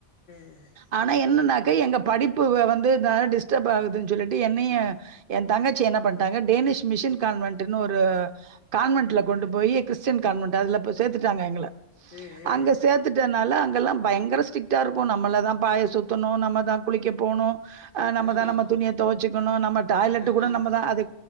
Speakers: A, on the left; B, on the right.
A: ம்
B: ஆனா என்னன்னாக் எங்க படிப்பு வந்து டிஸ்டர்ப் ஆகுது சொல்லிட்டு என்னய என் தங்கச்சி என்ன பண்டாங்க <unintelligible> மிஷன் காண்வென்டுனு ஒரு கான்வெட்ல கொண்டு போய் கிறிஸ்டியன் கான்வேன்ட் கொண்டு போயி கிறிஸ்டியன் கான்வென்ட் அதுல சேத்துட்டாங்க எங்கல
A: அ அ
B: அங்க சேத்துட்டனால அங் ல்லாம் பயங்கர ஸ்ட்ரிக்டா இருக்கும் நம்மள தான் பாய சுத்தணும் நம்ம தான் குளிக்க போணும் ஆஹ் நம
A: அ ஆமா
B: தான்
A: ஆமா
B: நம துனியா வெச்சுக்கணும் நம்ம டாய்லெட்
A: ஆமா
B: கூட
A: ஆமா
B: நம்ம தான் அது